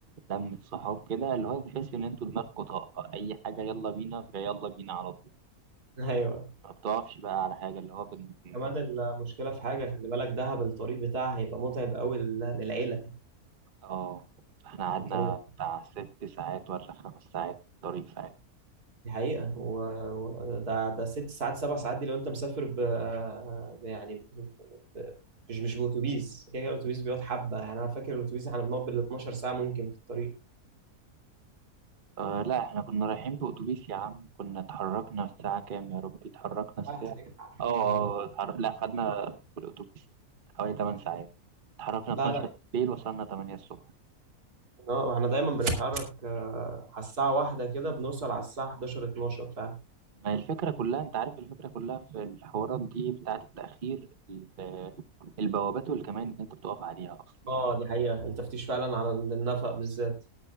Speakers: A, on the right; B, on the right.
A: لمة صحاب كده اللي هو تحس إن أنتوا دماغكوا طاقة أي حاجة يلا بينا فيلا بينا على طول
B: <laughs> ايوه
A: ما بتقفش بقى على حاجة اللي هو بن...
B: كمان المشكله في حاجه خلي بالك دهب الطريق بتاعها هيبقى متعب قوي للعيله
A: آه إحنا قعدنا
B: الطريق
A: بتاع ست ساعات ولا خمس ساعات في الطريق ساعات
B: دي حقيقة و... و... ده ده ست ساعات سبع ساعات دي لو أنت مسافر ب... ب- يعني ب... ب... مش مش بأتوبيس كده كده الأتوبيس بيقعد حبة يعني أنا فاكر الأتوبيس إحنا بنقعد بال 12 ساعة ممكن في الطريق
A: آه لا احنا كنا رايحين بأتوبيس يا عم كنا اتحركنا الساعة كام يا ربي اتحركنا الساعة
B: <laughs>
A: اه
B: آه،
A: اه اتحرك... لا خدنا بالأتوبيس حوالي 8 ساعات اتحركنا
B: لا
A: 12
B: لا
A: بالليل وصلنا 8 الصبح
B: اه احنا دايما بنتحرك آه، على الساعة واحدة كده بنوصل على الساعة 11 12 فعلا
A: ما هي الفكرة كلها انت عارف الفكرة كلها في الحوارات دي بتاعة التأخير ال- البوابات والكمان اللي انت بتقف عليها اصلا
B: اه دي حقيقة التفتيش فعلا على النفق بالذات